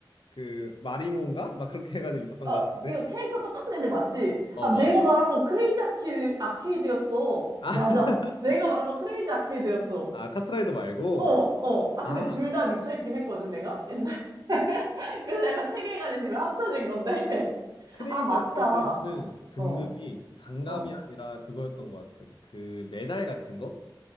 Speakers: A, on the left; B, on the right.
A: 그 마리몬가? 막 그렇게 해가지고 있었던
B: 어,
A: 것 같은데.
B: 이거 캐릭터 똑같은 애들 맞지?
A: 어,
B: 아, 내가
A: 맞아,
B: 말한
A: 맞아.
B: 건 크레이지 아키, 아케이드였어.
A: 아,
B: 맞아.
A: <laughs>
B: 내가 말한 건 크레이지 아케이드였어.
A: 아, 카트라이더 말고.
B: 어, 어. 아,
A: 아,
B: 근데 둘 다 미쳐있긴 했거든, 내가? 옛날에. <laughs> 그래서 약간 세 개까지 지금 합쳐진 건데. <laughs>
A: 크레이지
B: 아, 맞다.
A: 아케이드에서는 등급이
B: 어,
A: 장갑이
B: 어.
A: 아니라 그거였던 것 같아. 그 메달 같은 거?